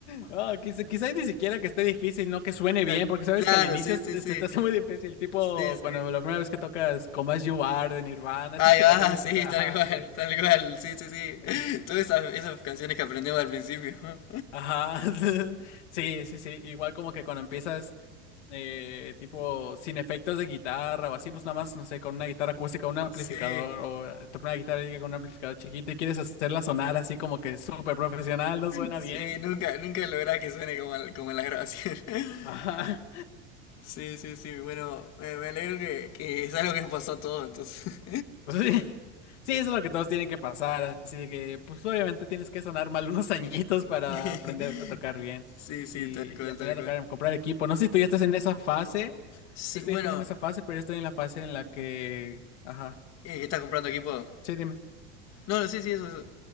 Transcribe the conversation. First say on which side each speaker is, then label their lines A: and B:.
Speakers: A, on the left; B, on the left.
A: oh, quizá- quizás ni siquiera que esté difícil, no que suene
B: Claro,
A: bien, porque sabes
B: claro,
A: que al inicio
B: sí,
A: se
B: sí,
A: te,
B: sí.
A: se te hace muy difícil, tipo
B: Sí, sí.
A: cuando la primera vez que tocas Como As You Are de Nirvana,
B: Ahí
A: esas que
B: va,
A: te aprendes
B: <laughs> sí,
A: siempre, ajá,
B: tal cual,
A: sí.
B: tal cual, sí, sí, sí.
A: Ajá.
B: Todas esas, esas canciones que aprendemos al principio. <laughs>
A: Ajá, <laughs> sí, sí, sí, igual como que cuando empiezas eh, tipo sin efectos de guitarra o así, pues nada más, no sé, con una guitarra acústica, un amplificador
B: Sí,
A: o eh, te pones una guitarra y con un amplificador chiquito y quieres hacerla sonar así como que súper profesional, no suena
B: sí,
A: bien.
B: nunca, nunca lográs que suene como, en- como en las grabaciones. <laughs>
A: Ajá.
B: Sí, sí, sí, bueno, me, me alegro que, que es algo que nos pasó a todos, entonces.
A: <laughs> Pues sí, sí, eso es lo que todos tienen que pasar, así de que, pues obviamente tienes que sonar mal unos <laughs> añitos para
B: <laughs>
A: aprender a tocar bien
B: Sí, sí,
A: y,
B: tal cual,
A: y aprender
B: tal cual.
A: a tocar, a comprar equipo. No sé si tú ya estás en esa fase,
B: Sí,
A: no sé
B: bueno,
A: si ya estás en esa fase, pero yo estoy en la fase en la que, ajá,
B: eh, que estás comprando equipo?
A: sí, dime.
B: No, no, sí, sí, eso, eso.